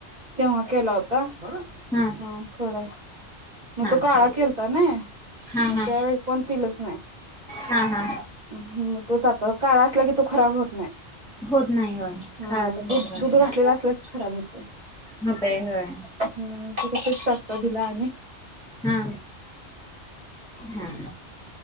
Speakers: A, on the right (about 40°); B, in the centre.
A: तेव्हा केला होता.
B: हा
A: हू थोडा म
B: हा
A: तो काळा
B: हा
A: केलतानयी
B: हा
A: मग
B: हा
A: त्यावेळी कोण पिलच नाही.
B: हा हा
A: मगं तोच आता काळा असला की तो खराब होत नाही. हू
B: होत नाही होय काळा तसाच
A: दूध
B: राहतो
A: दुध घातलेल असल की खराब होतय
B: होतय होय
A: हम्म <unintelligible> आणि
B: हा हा